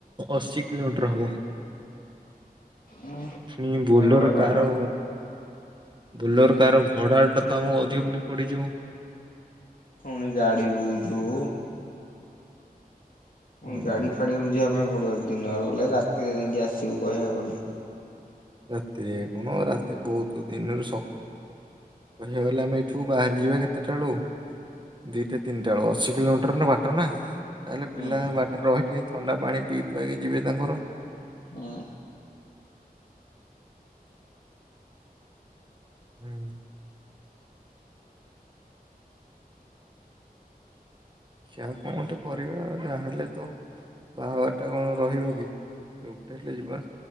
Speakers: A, on the right; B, on the left.
A: ଅଶୀ କିଲୋମିଟର ହବ।
B: ଉଁ।
A: ପୁଣି ଏଇ ବୋଲର
B: ସେଇ ବହେ ବାଟ।
A: କାର ବୋଲୋର କାର ଭଡ଼ାଟା ତ ଆମକୁ ଅଧିକ ବି ପଡ଼ିଯିବ।
B: ପୁଣି ଗାଡି ବୁଝୁ ପୁଣି
A: ଉଁ
B: ଗାଡି ଫାଡି ବୁଝିବା ପାଇଁ ପଡିବ ଦିନରେ ଗଲେ ରାତିରେ ଯାଇକି ଆସିବୁ କହିବାକୁ ଗଲେ।
A: ରାତିରେ କଣ ରାତି ବହୁତ ଦିନରେ ଶକ୍ କହିବାକୁ ଗଲେ ଆମେ ଏଠୁ ବାହାରି ଯିବା କେତେଟା ବେଳୁ? ଦିଟା ତିନିଟା ବେଳୁ। ଅଶୀ କିଲୋମିଟର ନା ବାଟ ନା। ତାହେଲେ
B: ହୁଁ
A: ପିଲା ବାଟରେ ରହି ରହି ଥଣ୍ଡା ପାଣି ପିଇ ପୁଆଇକି ଯିବେ ତାଙ୍କର।
B: ହଁ।
A: ହୁଁ ଦେକ୍ଷା କଣ ଗଟେ କରିବା ଯାହାହେଲେ ତ ବାହାଘର ଟା କଣ ରହିବ କି <inaudible> ହେଲେ ଯିବା।